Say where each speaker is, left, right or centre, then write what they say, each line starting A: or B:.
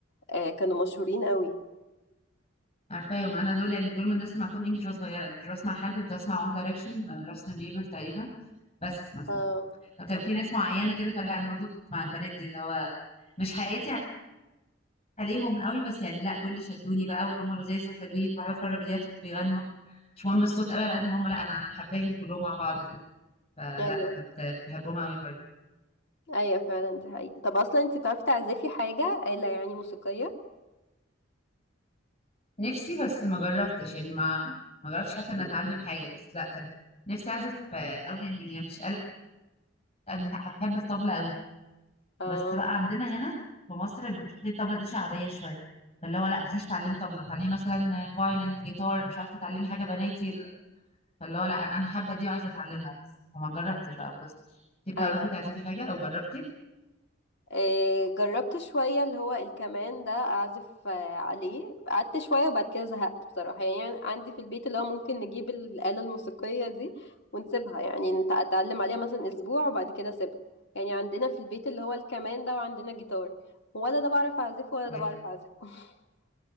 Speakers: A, on the left (about 60°); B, on the left (about 35°).
A: آه كانوا مشهورين قوي
B: عارفاهم انا دول يعني دول من الناس اللي سمعتهم انجلش وانا صغيره انا كنت بسمع حد كنت بسمع وان دايركشن جاستن بيبر تقريبا بس مثلا
A: اه
B: فكان في ناس معينه كده فلا انا برضو كنت مع البنات دي اللي هو مش حياتي عليهم قوي بس يعني لا دول اللي شدوني بقى وان هم لذاذ وحلوين بحب اتفرج على فيديوهاتهم وبيغنوا مش مهم الصوت قوي على قد ما هم لا انا انا حباهم كلهم مع بعض كده فلا
A: ايوه
B: كنت بحبهم قوي برضو
A: ايوه فعلا دي حقيقة طب اصلا انت بتعرفي تعزفي حاجة آلة يعني موسيقية
B: نفسي بس ما جربتش يعني ما ما جربتش حتى ان اتعلم حاجه بس لا كان نفسي اعزف آه، قوي يعني يعني مش قلق انا بحب الطبلة قوي
A: اه
B: بس بقى عندنا هنا في مصر بيبقوا شايفين الطبلة دي شعبية شوية فاللي هو لا ما تروحيش تعلمي طبلة تعلمي مثلا فايلن جيتار مش عارفة تعلمي حاجة بناتي فاللي هو لا انا انا حابة دي وعايزة اتعلمها بس فما جربتش بقى ما دوستش انتي بتعرفي
A: ايوه
B: تعزفي حاجة او جربتي
A: آه، جربت شوية اللي هو الكمان ده أعزف آه، عليه قعدت شوية وبعد كده زهقت بصراحة يعني عندي في البيت اللي هو ممكن نجيب الآلة الموسيقية دي ونسيبها يعني نت- أتعلم عليها مثلا أسبوع وبعد كده أسيبها يعني عندنا في البيت اللي هو الكمان ده وعندنا جيتار ولا ده بعرف أعزفه ولا
B: يعني
A: ده بعرف أعزفه <laughs>